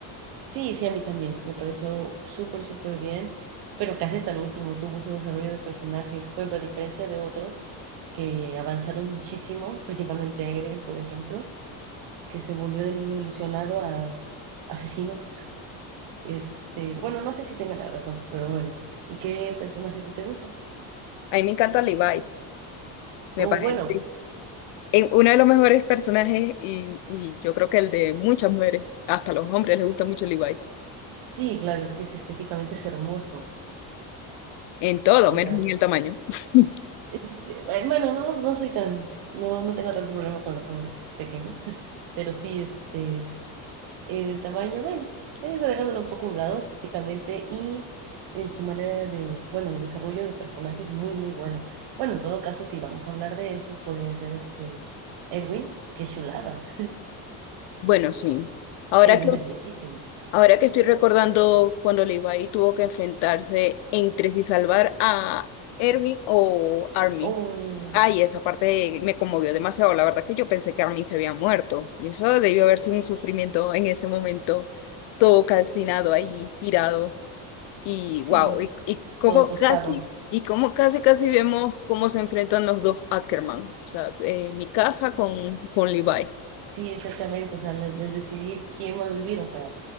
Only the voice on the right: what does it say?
Sí, sí, a mí también. Me pareció súper, súper bien. Pero casi hasta el último tuvo su desarrollo de personaje. Por ejemplo, a diferencia de otros que avanzaron muchísimo, principalmente Eren, por ejemplo, que se volvió de niño ilusionado a asesino. Este, bueno, no sé si tenga la razón, pero bueno. ¿Y qué personaje a ti te gusta?
Oh,
bueno,
sí, claro, es que es estéticamente es hermoso.
O
sea,
es- eh, bueno, no, no soy tan, no, no tengo tanto problema con los hombres pequeños. <laughs> Pero sí, este, el tamaño, bueno, eso dejándolo un poco a un lado estéticamente y en su manera de, bueno, desarrollo de personajes muy, muy bueno. Bueno, en todo caso, si vamos a hablar de eso, podría ser este Erwin, qué chulada.
Erwin
es bellísimo.
O
sí,
todo tostado.
Sí, exactamente, o sea, el, el decidir quién va a vivir, o sea,